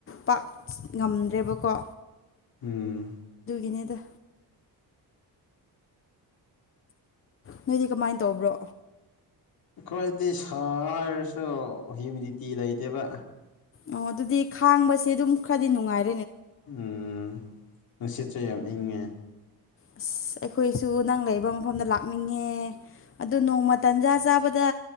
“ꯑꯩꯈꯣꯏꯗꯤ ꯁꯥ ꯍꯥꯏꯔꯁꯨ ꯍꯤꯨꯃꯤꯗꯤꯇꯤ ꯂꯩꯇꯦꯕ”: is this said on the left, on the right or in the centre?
Left